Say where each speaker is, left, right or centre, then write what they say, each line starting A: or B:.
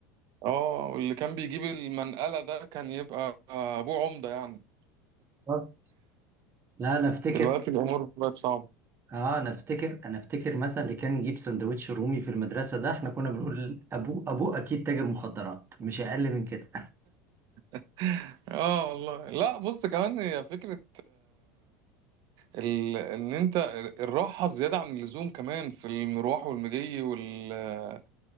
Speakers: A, on the right (about 50°); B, on the right (about 25°).
A: اه واللي كان بيجيب المنقلة ده كان يبقى ابوه عمدة يعني
B: بالظبط. لا انا افتكر
A: دلوقتي الامور بقت صعبة
B: اه انا افتكر انا افتكر مثلا اللي كان يجيب سندوتش رومي في المدرسه ده احنا كنا بنقول ابوه ابوه اكيد تاجر مخدرات مش اقل من كده
A: <laughs> اه والله لا بص كمان هي فكرة ال... ان انت الراحه زياده عن اللزوم كمان في المروح والمجي وال...